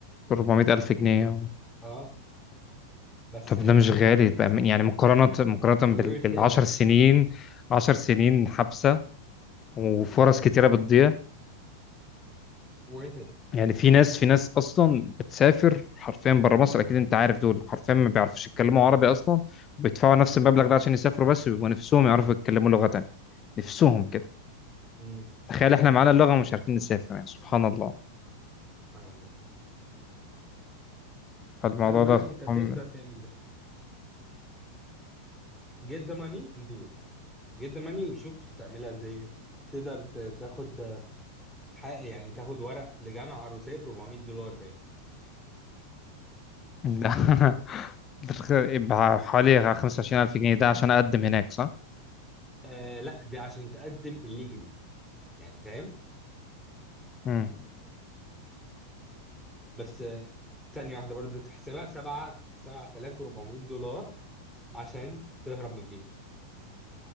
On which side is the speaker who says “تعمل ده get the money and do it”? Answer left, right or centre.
Centre